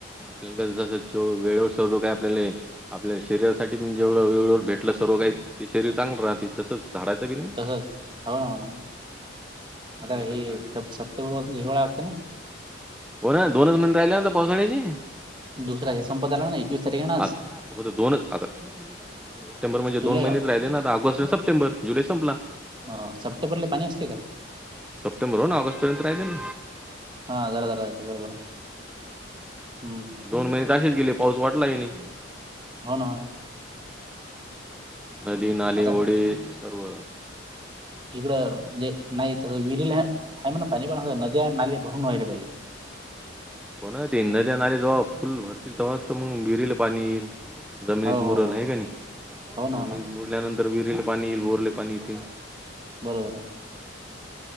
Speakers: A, in the centre; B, on the right.
A: आपल्याला कस जसं वेळेवर सर्व काय आपल्याला आपल्या शरीरासाठी पण जेवढं वेळेवर भेटलं सर्व काही, ते शरीर चांगलं राहते तसंच झाडाचं बी नाही.
B: तसच हो ना हो ना आता
A: नाही
B: हे
A: तर काय.
B: सब सब <unintelligible>
A: हो ना दोनच मंथ राहिले ना आता पावसाळ्याचे.
B: दुसरा हे संपत आला ना एकवीस तारीख आहे ना आज
A: आ फक्त दोनच आता सप्टेंबर म्हणजे
B: जुलै
A: दोन महिनेच राहिले ना आता ऑगष्ट आणि सप्टेंबर जुलै संपला
B: हां सप्टेंबरला पाणी असते का?
A: सप्टेंबर हो ना ऑगस्ट पर्यंत राहिले.
B: हा जरा जरा जरा राहायची बरोबर हाय. हम्म
A: दोन महिने तर असेच गेले पाऊस वाटला ही नाही.
B: हो ना, हो ना
A: नदी नाले
B: आता
A: ओढे सर्व.
B: इकडं म्हणजे नाही तसं विहिरीला आहे म्हणा पाणी पण, अस नद्या, नाले भरून व्हायले पाहिजे
A: हो ना ते नद्या नाले जेव्हा फुल भरतील तव्हाच तर मग विहिरीला पाणी येईल जमिनीत
B: हो हो
A: मुरल
B: हो
A: आहे का नाही?
B: हो ना हो
A: जमिनीत
B: ना
A: मुरल्यानंतर तर विहिरीला पाणी येईल, बोरले पाणी येतील
B: बरोबर हाय